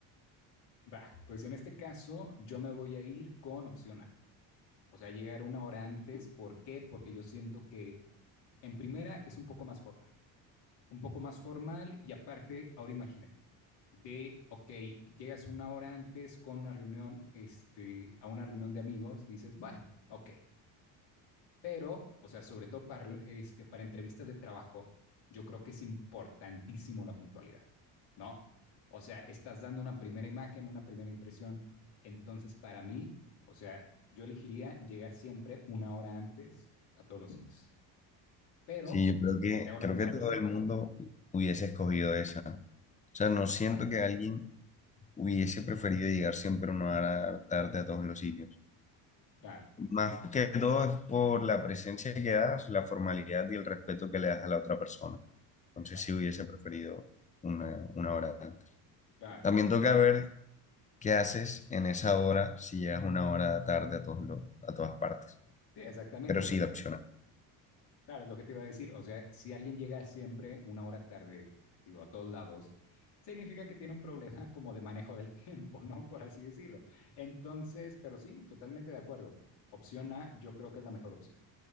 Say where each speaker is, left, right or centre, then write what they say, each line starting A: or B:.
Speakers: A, on the left (about 60°); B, on the left (about 15°).
A: Va, pues en este caso yo me voy a ir con opción A. O sea, llegar una hora antes. ¿Por qué? Porque yo siento que en primera es un poco más formal. un poco más formal y aparte, ahora imagínate, de, ok, llegas una hora antes con una reunión, este, a una reunión de amigos, dices, bueno, ok, pero, o sea, sobre todo para, este, para entrevistas de trabajo, yo creo que es importantísimo la puntualidad, ¿no? O sea, estás dando una primera imagen, una primera impresión. Entonces, para mí, o sea, yo elegiría llegar siempre una hora antes a todos los sitios. Pero
B: Sí, yo creo que,
A: te hago la
B: creo
A: misma
B: que todo
A: pregunta.
B: el mundo
A: Ajá,
B: hubiese escogido esa. O sea, no siento
A: claro,
B: que alguien hubiese preferido llegar siempre una hora tarde a todos los sitios.
A: claro,
B: Más que todo es por la presencia que das, la formalidad y el respeto que le das a la otra persona. Entonces
A: exacto.
B: sí hubiese preferido una, una hora antes.
A: Claro,
B: También toca ver ¿Qué haces en esa hora si llegas una hora tarde a, todos los- a todas partes?
A: sí, exactamente.
B: Pero
A: esa-
B: sí, la opción A.
A: Claro, es lo que te iba a decir. O sea, si alguien llega siempre una hora tarde, digo, a todos lados, significa que tiene un problema <laughs> como de manejo del tiempo, ¿no? Por así decirlo. Entonces, pero sí, totalmente de acuerdo. Opción A, yo creo que es la mejor opción.